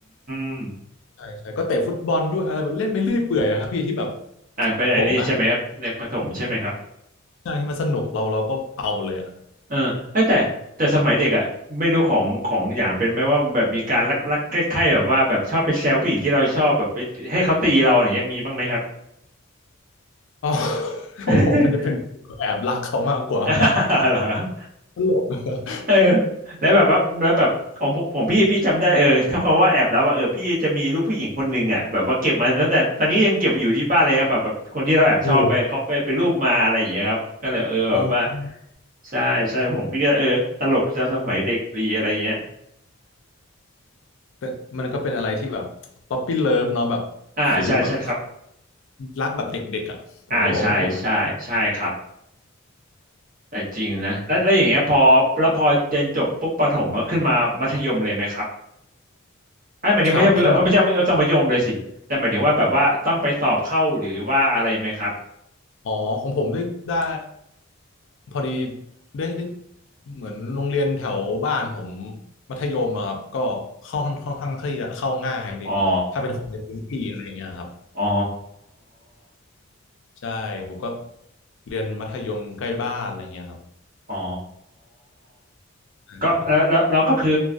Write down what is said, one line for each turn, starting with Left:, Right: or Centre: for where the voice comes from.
Right: ม
Left: ใช่ใช่ก็เตะฟุตบอลด้วยอะไรแบบเล่นไปเรื่อยเปื่อยอะครับพี่ที่แบบ
Right: อ่าเป็นอันนี้ใช่ไหมครับเด็กประถมใช่ไหมครับ
Left: ผมนะใช่ที่มันสนุกเราเราก็เอาหมดเลยอะ
Right: เออเอ้ยแต่แต่สมัยเด็กอ่ะไม่รู้ของของอย่างเป็นไหมว่าแบบมีการลักลักใคล้ายๆแบบว่าแบบชอบไปแซวผู้หญิงที่เราชอบแบบไปให้เขาตีเราอย่างเงี้ยมีบ้างไหมครับ
Left: อ๋อ <laughs> ของผมมันจะเป็นแอบรักเขามากกว่า
Right: <laughs> <laughs> เหรอครับ
Left: <laughs> ตลก <laughs>
Right: เออแล้วแบบว่าแล้วแบบของผมผมพี่พี่จำได้เออถ้าคำว่าแอบแล้วว่าเออพี่จะมีรูปผู้หญิงคนหนึ่งอ่ะแบบว่าเก็บมาตั้งแต่ตอนนี้ยังเก็บอยู่ที่บ้านเลยครับแบบแบบคนที่เราแอบชอบไปเขาไปเป็นรูปมาอะไรอย่างเงี้ยครับก็เลยเออแบบว่า
Left: โอ้โห โอ้
Right: ใช่ใช่ผมพี่ก็เออตลกจากสมัยเด็กดีอะไรเงี้ย
Left: แต่มันก็เป็นอะไรที่แบบป๊อปปี้เลิฟเนาะแบบ
Right: อ่าใช่ใช่ครับ
Left: ฟิลแบบรักแบบเด็กๆอ่ะผมก็บอกไม่ถูกมัน
Right: อ่าใช่ใช่ใช่ครับแต่จริงนะแล้วแล้วอย่างเงี้ยพอแล้วพอเรียนจบปุ๊บประถมก็ขึ้นมามัธยมเลยไหมครับ ไอ้หมายถึงไม่ใช่ไม่ใช่ไม่ใช่มัธยมเลยสิ
Left: ขับขึ้นมา
Right: แต่หมายถึงว่าแบบว่าต้องไปสอบเข้าหรือว่าอะไรไหมครับ
Left: อ๋อของผมได้ได้พอดีได้ได้เหมือนโรงเรียนแถวบ้านผมมัธยมอะครับก็ค่อนค่อนข้างที่จะเข้าง่ายนี่ถ้าเป็นคนในพื้นที่อะไรเงี้ยครับ
Right: อ๋ออ๋อ
Left: ใช่ผมก็เรียนมัธยมใกล้บ้านอะไรเงี้ยครับ
Right: อ๋อ
Left: ใช่
Right: ก็เออแล้วเราก็คือ